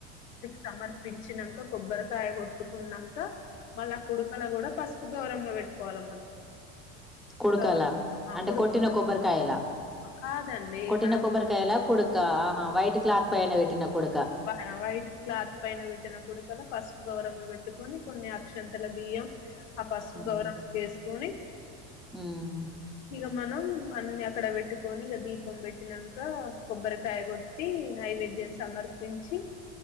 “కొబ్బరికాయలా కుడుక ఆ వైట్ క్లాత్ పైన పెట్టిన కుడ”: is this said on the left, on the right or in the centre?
Centre